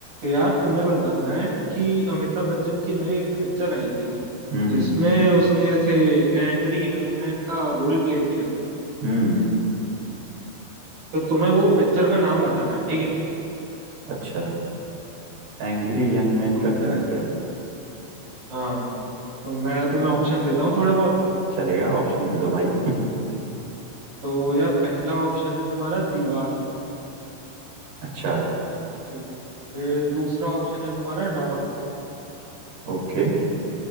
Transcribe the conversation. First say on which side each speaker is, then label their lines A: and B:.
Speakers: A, on the right; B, on the right.
A: यार तुम्हें बताना है कि अमिताभ बच्चन की ना एक पिक्चर आई थी
B: हम्म
A: जिसमें
B: हम्म
A: उसने ऐसे एंग्री यंग मैन का रोल प्ले किया था
B: हम्म,
A: तो तुम्हें वो पिक्चर का नाम बताना है ठीक है
B: अच्छा एंग्री यंग मैन
A: तो
B: का कैरेक्टर
A: मैं हाँ तो मैं तुम्हें ऑप्शन देता हूँ थोड़े बहुत
B: हाँ, चलेगा ऑप्शन दे दो भाई <laughs>
A: तो यार पहला ऑप्शन है तुम्हारा दीवार
B: अच्छा
A: ठीक है फिर दूसरा ऑप्शन है तुम्हारा डॉन
B: ओके